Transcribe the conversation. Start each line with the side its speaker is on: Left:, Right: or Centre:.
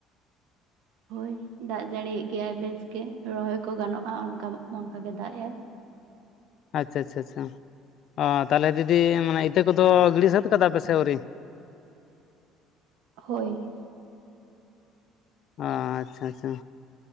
Right: ᱦᱳᱭ ᱫᱟᱜ ᱡᱟᱹᱲᱤᱭᱟᱜ ᱜᱮᱭᱟᱭ ᱵᱮᱥ ᱜᱮ ᱨᱚᱦᱚᱭ ᱠᱚ ᱜᱟᱱᱚᱜᱼᱟ ᱚᱱᱠᱟ ᱚᱱᱠᱟ ᱜᱮ ᱫᱟᱜ ᱮ ᱟᱭ᱾
Left: ᱟᱪᱪᱷᱟ ᱪᱪᱪᱷᱟ ᱚ ᱛᱟᱦᱚᱞᱮ ᱫᱤᱫᱤ ᱢᱟᱱᱮ ᱤᱛᱟᱹ ᱠᱚᱫᱚ ᱜᱤᱲᱤ ᱥᱟᱹᱛ ᱠᱟᱫᱟ ᱯᱮᱥᱮ ᱟᱹᱣᱨᱤ?
Right: ᱦᱳᱭ
Left: ᱚ ᱟᱪᱪᱷᱟ ᱟᱪᱪᱷᱟ